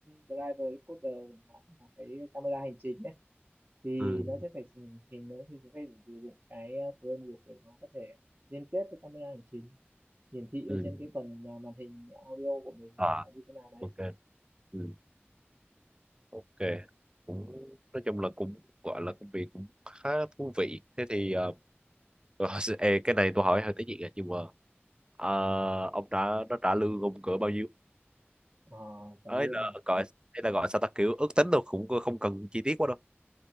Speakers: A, on the right; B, on the right.
A: driver recorder chẳng hạn, hoặc cái camera hành trình ấy thì
B: Ừ.
A: nó sẽ phải sử- thì nó thì sẽ phải sử dụng cái ờ, framework để nó có thể liên kết với camera hành trình hiển thị
B: Ừ.
A: ở trên cái phần à, màn hình audio của mình
B: À,
A: hoặc là như thế nào đấy
B: ok. Ừ. ok cũng nói chung là cũng gọi là công việc cũng khá thú vị thế thì ờ, <laughs> ê, cái này tôi hỏi hơi tế nhị à, nhưng mà ờ, ông đã nó trả lương ông cỡ bao nhiêu
A: à trả
B: ấy
A: lương
B: là
A: à
B: gọi ấy là gọi sao ta kiểu ước tính đâu cũng không cần chi tiết quá đâu